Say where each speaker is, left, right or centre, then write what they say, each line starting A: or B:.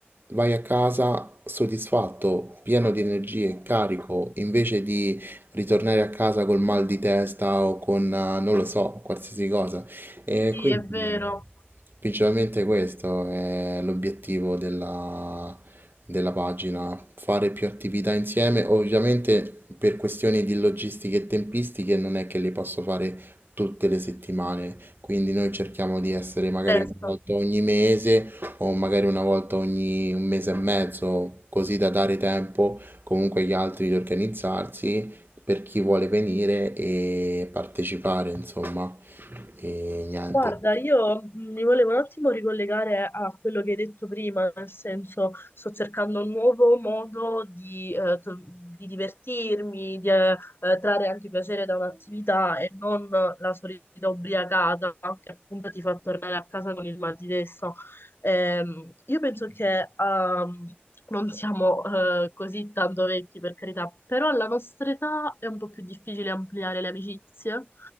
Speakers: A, on the right; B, on the left.
A: vai a casa soddisfatto, pieno di energie, carico, invece di ritornare a casa col mal di testa o con, eh, non lo so, qualsiasi cosa. E
B: sì,
A: quindi
B: è vero,
A: principalmente questo è l'obiettivo della, della pagina, fare più attività insieme. Ovviamente per questioni di logistiche e tempistiche non è che le posso fare tutte le settimane, quindi noi cerchiamo di essere magari
B: terzo.
A: una volta ogni mese o magari una volta ogni un mese e mezzo, così da dare tempo comunque agli altri di organizzarsi per chi vuole venire e partecipare, insomma. E niente,
B: Guarda, io mh, mi volevo un attimo ricollegare a quello che hai detto prima, nel senso sto cercando un nuovo modo di, eh, to- di divertirmi, di eh, eh, trarre anche piacere da un'attività e non la solita ubriacata che appunto ti fa tornare a casa con il mal di testa. Ehm, io penso che ehm, non siamo eh, così tanto vecchi, per carità, però alla nostra età è un po' più difficile ampliare le amicizie.